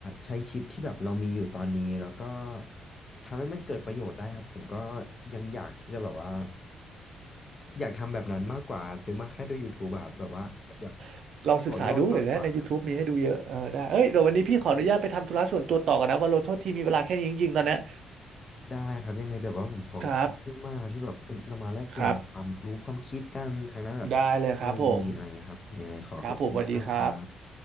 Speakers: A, on the left; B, on the right.
A: ใช้ชิปที่แบบเรามีอยู่ตอนนี้แล้วก็ทำให้มันเกิดประโยชน์ได้ครับผมก็ยังอยากที่จะแบบว่าอยากทำแบบนั้นมากกว่าซื้อมาแค่ดู YouTube แบบแบบว่าอยาก
B: <laughs> ลองศึกษาดูเดี๋ยวนะใน
A: ต่อยอดมากกว่าครับ
B: YouTube มีให้ดูเยอะเออได้เอ้ยเดี๋ยววันนี้พี่ขออนุญาตไปทำธุระส่วนตัวต่อกันนะวาโลโทษทีมีเวลาแค่นี้จริงๆตอนเนี้ย
A: ได้ครับยังไงแบบว่าผมขอขอบคุณเยอะมากที่แบบเอ้ยเรามาแลกเปลี่ยนความรู้ความคิดกันทางด้านแบบเทคโนโลยีอะไรเงี้ยครับผมยังไงขอขอบคุณมากๆครับ
B: ครับครับได้เลยครับผมครับผมสวัสดีครับ